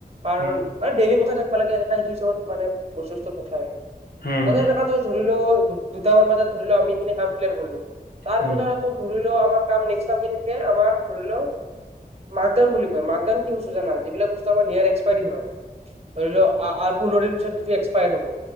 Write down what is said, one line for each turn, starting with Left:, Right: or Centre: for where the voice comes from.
Right: কাৰণ
Left: উম
Right: মানে ডেলি পঠিয়াই থাকিব লাগে এনেকা সেইটো হিচাপত মানে বস্তু কেইটা পঠিয়াই।
Left: উম
Right: তাতে এনেকা ধৰিলো দুটামান বজাত ধৰিলো আমি এইখিনি কাম ক্লিয়াৰ কৰিলো তাৰ
Left: উম
Right: পিছত আৰু ধৰিলো আমাৰ কাম ডিষ্টাব থাকে আমাৰ ধৰিলোঁ মাকডাউন বুলি কয় মাকডাউন কি বস্তু জানা যি বিলাক বস্তু আমাৰ নিয়েৰ এক্সপাৰি হয় ধৰি লোৱা অ অ আৰু পোন্ধৰ দিন পিছত যিটো পিছত এস্কপায়াৰ হ'ব